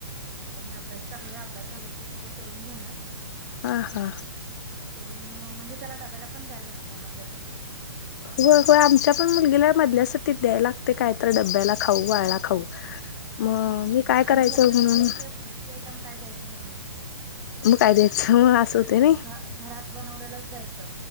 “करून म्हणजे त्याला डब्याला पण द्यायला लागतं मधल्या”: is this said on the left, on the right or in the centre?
Right